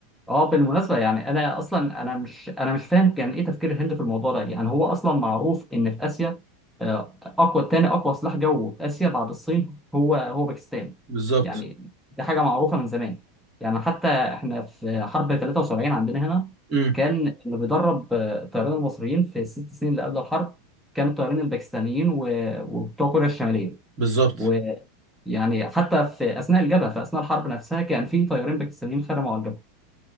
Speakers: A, in the centre; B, on the right.
A: اه بالمناسبة يعني انا اصلا انا مش انا مش فاهم كان ايه تفكير الهند في الموضوع ده يعني هو اصلا معروف ان في اسيا آه، اقوى تاني اقوى سلاح جو في اسيا بعد الصين هو هو باكستان
B: بالظبط
A: يعني دي حاجة معروفة من زمان يعني حتى احنا في حرب 73 عندنا هنا
B: امم
A: كان اللي بيدرب آه، الطيارين المصريين في الست سنين اللي قبل الحرب كانوا الطيارين الباكستانيين و- وبتوع كوريا الشمالية
B: بالظبط
A: ويعني حتى في اثناء الجبهة في اثناء الحرب نفسها كان في طيارين باكستانيين خدموا على الجبهة